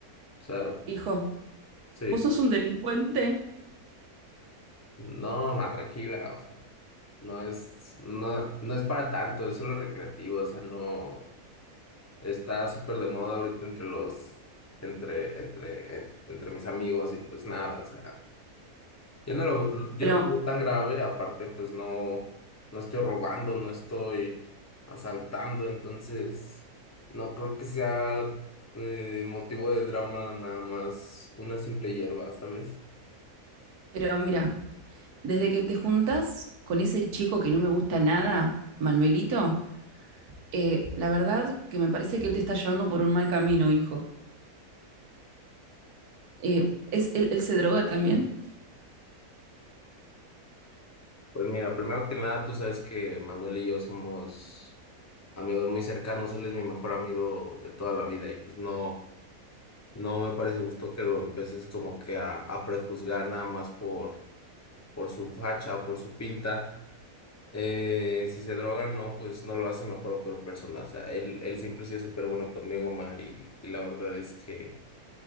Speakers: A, on the left; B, on the right.
A: o sea,
B: Hijo,
A: sí,
B: vos sos un delincuente,
A: no, ma, tranquila, o sea, no es, no, no es para tanto, es solo recreativo, o sea, no, está súper de moda ahorita entre los, entre, entre, eh, entre mis amigos y pues nada, o sea. Yo no lo, yo
B: pero,
A: no lo veo tan grave, aparte pues no, no estoy robando, no estoy asaltando, entonces no creo que sea eh, motivo de drama nada más una simple hierba, ¿sabes?
B: pero mira, desde que te juntas con ese chico que no me gusta nada, Manuelito, eh, la verdad que me parece que él te está llevando por un mal camino, hijo. Eh, ¿es, él, él se droga también?
A: Pues mira, primero que nada, tú sabes que Manuel y yo somos amigos muy cercanos, él es mi mejor amigo de toda la vida y pues no, no me parece justo que lo empieces como que a, a prejuzgar nada más por, por su facha, por su pinta. Eh, si se droga, no, pues no lo hace mejor o peor persona. O sea, él, él siempre ha sido súper bueno conmigo, ma, y, y la verdad es que